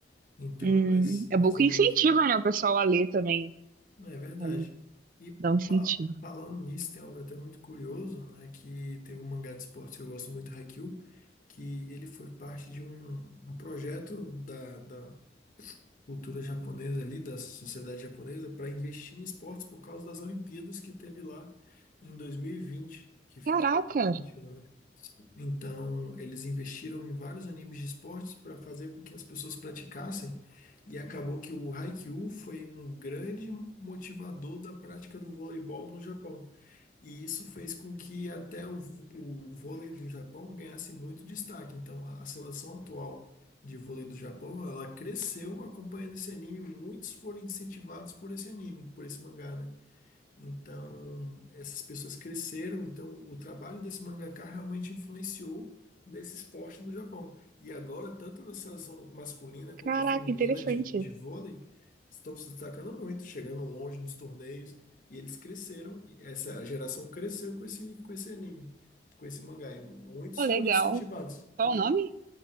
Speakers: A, on the left; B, on the right.
A: Então
B: Hum,
A: é mais,
B: é
A: mais
B: bom que
A: ou menos
B: incentiva, né, o pessoal a ler também.
A: Não, É verdade.
B: Ali,
A: E
B: dá um incentivo.
A: fa- falando nisso, tem algo até muito curioso, é que teve um mangá de esportes que eu gosto muito, Haikyuu, que ele foi parte de um, um projeto da, da cultura japonesa ali, da sociedade japonesa, para investir em esportes por causa das Olimpíadas que teve lá em 2020, que foi
B: Caraca,
A: 2021. Então, eles investiram em vários animes de esportes para fazer com que as pessoas praticassem, e acabou que o Haikyuu foi um grande motivador da prática do voleibol no Japão. E isso fez com que até o, v- o vôlei do Japão ganhasse muito destaque. Então, a, a seleção atual de vôlei do Japão, ela cresceu acompanhando esse anime, muitos foram incentivados por esse anime, por esse mangá, né? Então, essas pessoas cresceram, então o trabalho desse mangaka realmente influenciou nesse esporte no Japão. E agora, tanto a seleção masculina quanto
B: caraca,
A: a feminina
B: interessante.
A: de, de vôlei estão se destacando muito, chegando longe nos torneios, e eles cresceram, e essa geração cresceu com esse, com esse anime, com esse mangá, e muitos
B: Pô, legal.
A: foram incentivados,
B: Qual
A: entendeu?
B: o nome?